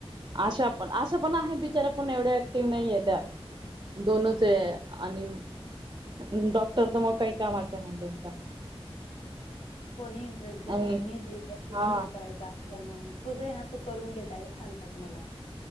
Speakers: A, on the right; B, on the left.
A: अशा पण, अशा पण आहे बिचारा पण एवढ्या ऍक्टिव्ह नाहीे त्या. दोनच आहे आणि डॉक्टर तर मग काही कामाचं नाही त्यांचा.
B: कोणी इंटरेस्ट घेत
A: आणि
B: नाही मी जे इकडं, तिकडं
A: हा
B: हे करायचा. म्हणून तूझ आहे ना तू करून घे ताई सांगतात मला.